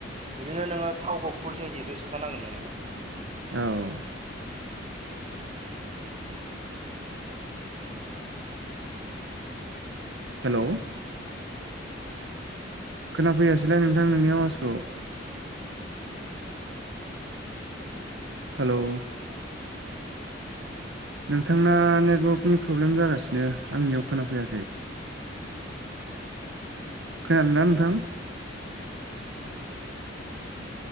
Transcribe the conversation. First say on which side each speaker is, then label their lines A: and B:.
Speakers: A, on the right; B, on the right.
A: बिदिनो नोङो थावखौ फुल थेंखिखौ सोखानांगोन नोङो
B: औ हेल' खोनाफैयासैलाय नोंथां नोंनि आवाजखौ हेलौ नोंथांना नेटवर्कनि प्रब्लेम जागासिनो आंनियाव खोनाफैयाखै खैादोंना नोंथां
A: <unintelligible>